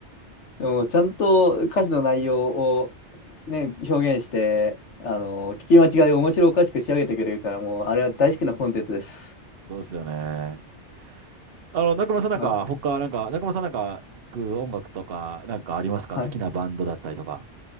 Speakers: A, on the left; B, on the right.
A: でも、ちゃんと歌詞の内容を、ね、表現して、あの、聞き間違いを面白おかしく仕上げてくれるから、もう、
B: <laughs>
A: あれは大好きなコンテンツです。
B: うん。<laughs> そうですよね。あの、中村さんなんか、
A: あ、
B: 他、なんか、中村さんなんか、聞く音楽とか、なんかありますか好きなバンドだったりとか。
A: はい。